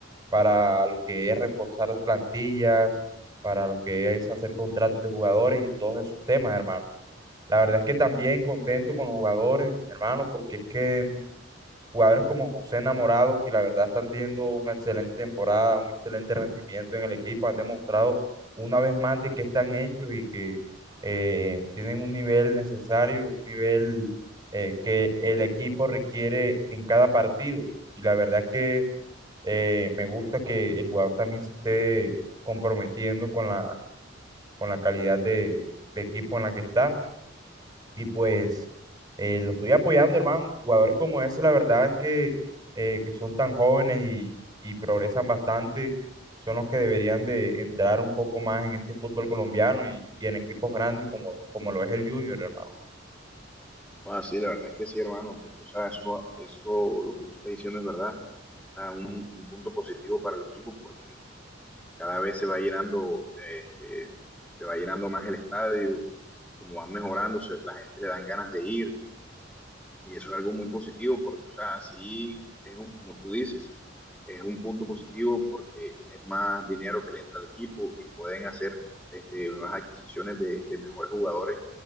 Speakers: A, on the right; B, in the centre.
A: para lo que es reforzar las plantillas, para lo que es hacer contratos de jugadores y todos esos temas, hermano. La verdad es que también contento con los jugadores, hermano, porque es que Jugadores como José Enamorado, que la verdad están teniendo una excelente temporada, un excelente rendimiento en el equipo, han demostrado una vez más de que están hechos y que eh, tienen un nivel necesario, un nivel eh, que el equipo requiere en cada partido. Y la verdad es que eh, me gusta que el jugador también se esté comprometiendo con la, con la calidad de, de equipo en la que está. Y pues eh, lo estoy apoyando, hermano. Jugadores como ese, la verdad es que, eh, que son tan jóvenes y, y progresan bastante, son los que deberían de entrar un poco más en este fútbol colombiano y, y en equipos grandes como, como lo es el Junior, hermano.
B: Ah, sí, la verdad es que sí, hermano, porque, o sea, eso, eso, lo que tú estás diciendo es verdad. O sea, un, un punto positivo para el equipo porque cada vez se va llenando, eh, este, se va llenando más el estadio, como van mejorando, se- la gente le dan ganas de ir y eso es algo muy positivo porque, o sea, sí, es un- como tú dices, es un punto positivo porque es más dinero que le entra al equipo y pueden hacer este, nuevas adquisiciones de, de mejores jugadores